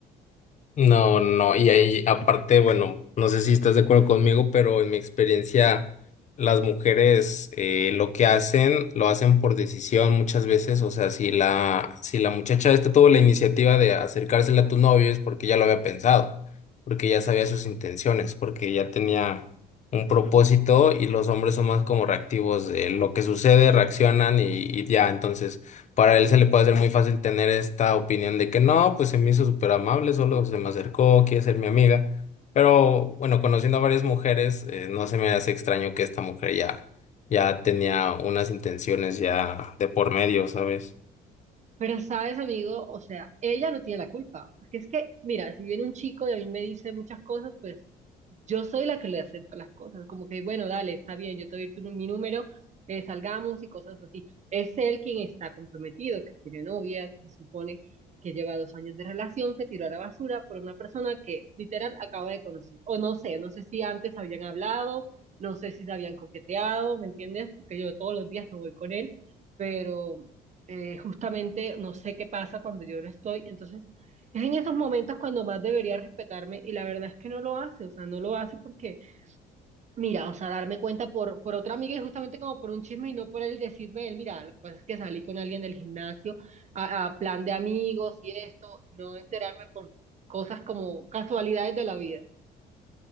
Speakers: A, on the left; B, on the right.
A: No, no, y ahí aparte, bueno, no sé si estás de acuerdo conmigo, pero en mi experiencia, las mujeres eh, lo que hacen, lo hacen por decisión muchas veces. O sea, si la, si la muchacha esta tuvo la iniciativa de acercársela a tu novio es porque ya lo había pensado, porque ya sabía sus intenciones, porque ya tenía un propósito y los hombres son más como reactivos de lo que sucede, reaccionan y, y ya, entonces para él se le puede hacer muy fácil tener esta opinión de que no, pues se me hizo súper amable, solo se me acercó, quiere ser mi amiga. Pero bueno, conociendo a varias mujeres, eh, no se me hace extraño que esta mujer ya, ya tenía unas intenciones ya de por medio, ¿sabes?
B: Pero sabes, amigo, o sea, ella no tiene la culpa, porque es que, mira, si viene un chico y a mí me dice muchas cosas, pues yo soy la que le acepto las cosas, como que, bueno, dale, está bien, yo te doy tu, mi número, eh, salgamos y cosas así. Es él quien está comprometido, que tiene novia, que supone que lleva dos años de relación, que tiró a la basura por una persona que literal acaba de conocer. O no sé, no sé si antes habían hablado, no sé si se habían coqueteado, ¿me entiendes? Porque yo todos los días no voy con él, pero eh, justamente no sé qué pasa cuando yo no estoy. Entonces, es en esos momentos cuando más debería respetarme y la verdad es que no lo hace, o sea, no lo hace porque, mira, o sea, darme cuenta por, por otra amiga y justamente como por un chisme y no por él decirme, él, mira, lo que pasa es que salí con alguien del gimnasio a, a plan de amigos y esto, no enterarme por cosas como casualidades de la vida.